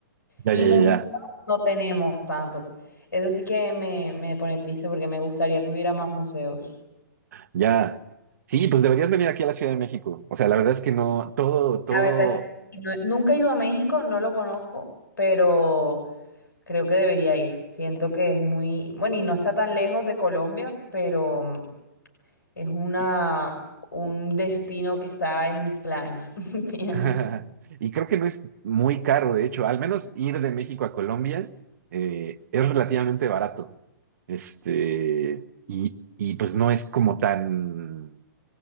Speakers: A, on the right (about 60°); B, on the left (about 80°).
A: ya,
B: Y
A: ya,
B: museos
A: ya, ya.
B: no tenemos tanto. Eso sí que me, me pone triste porque me gustaría que hubiera más museos.
A: Ya. Sí, pues deberías venir aquí a la Ciudad de México. O sea, la verdad es que no, todo, todo.
B: La verdad es que sí, no- nunca he ido a México, no lo conozco, pero Creo que debería ir. Siento que es muy, bueno, y no está tan lejos de Colombia, pero mm, es una,
A: Y,
B: un destino que está en mis planes, <laughs> pienso.
A: <laughs> y creo que no es muy caro, de hecho. Al menos ir de México a Colombia eh, es relativamente barato. Este, y, y pues no es como tan.